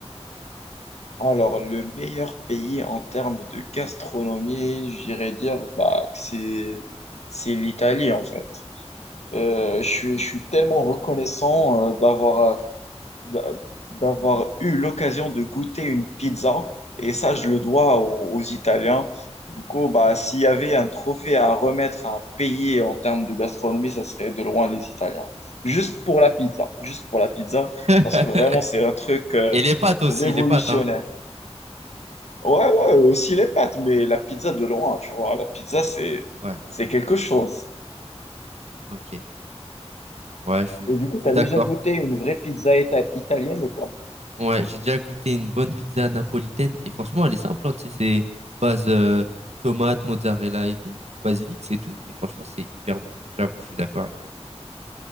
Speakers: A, on the left; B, on the right.
A: Alors, le meilleur pays en termes de gastronomie, j'irais dire bah, que c'est, c'est l'Italie, en fait. Euh, je suis, je suis tellement reconnaissant euh, d'avoir. euh, d'a- d'avoir eu l'occasion de goûter une pizza. Et ça, je le dois aux, aux Italiens. Du coup, bah, s'il y avait un trophée à remettre à un pays en termes de gastronomie, ça serait de loin les Italiens. Juste pour la pizza. Juste pour la pizza.
B: <laughs>
A: Parce que vraiment, c'est un truc euh,
B: Et les pâtes aussi,
A: révolutionnaire.
B: les pâtes, hein.
A: Ouais, ouais, aussi les pâtes, mais la pizza de loin, tu vois. La pizza, c'est,
B: Ouais,
A: c'est quelque chose.
B: ok. Ouais, je suis,
A: Et du coup,
B: je suis
A: tu as
B: d'accord.
A: déjà goûté une vraie pizza ita- italienne ou pas?
B: Ouais, j'ai déjà goûté une bonne pizza napolitaine et franchement, elle est simple, hein, tu sais, c'est base euh, tomate, mozzarella et tout, basilic, c'est tout. Et franchement, c'est hyper bon. J'avoue, je suis d'accord avec toi.